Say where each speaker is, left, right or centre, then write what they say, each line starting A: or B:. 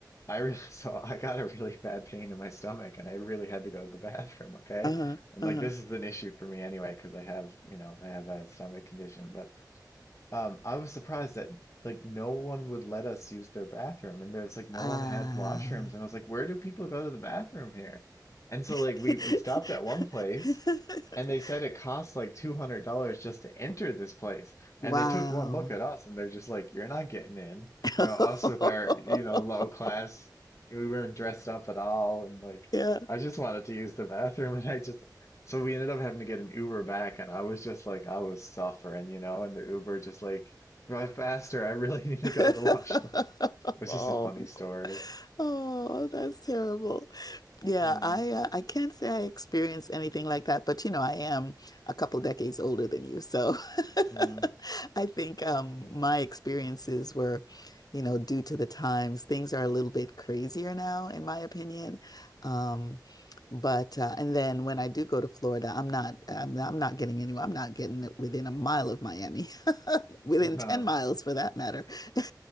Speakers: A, on the left; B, on the left.
A: I really, <laughs> so I got a really bad pain in my stomach and I really had to go to the bathroom, okay?
B: Uh-huh. Uh-huh.
A: And like
B: uh-huh.
A: this is an issue for me anyway because I have, you know, I have a stomach condition, but um I was surprised that like no one would let us use their bathroom and there's like no
B: Ah.
A: one had washrooms and I was like, where do people go to the bathroom here? And so
B: <laughs>
A: like we we stopped at one place and they said it costs like $200 just to enter this place.
B: Wow.
A: And they took one look at us and they're just like, you're not getting in.
B: <laughs>
A: You know, us with our, you know, low class, we weren't dressed up at all. And like,
B: Yeah.
A: I just wanted to use the bathroom. <laughs> And I just, so we ended up having to get an Uber back. And I was just like, I was suffering, you know, and the Uber just like, drive faster. I really <laughs> need to
B: <laughs>
A: go to the washroom. It's
B: Oh,
A: just a funny story.
B: oh, that's terrible. Yeah,
A: Uh,
B: I uh, I can't say I experienced anything like that, but you know, I am a couple decades older than you, so
A: uh,
B: <laughs> I think um,
A: yeah.
B: my experiences were, you know, due to the times. Things are a little bit crazier now, in my opinion. Um, but uh, and then when I do go to Florida, I'm not I'm, I'm not getting anywhere. I'm not getting within a mile of Miami, <laughs> within
A: Yeah.
B: 10 miles
A: <laughs>
B: for that matter. <laughs>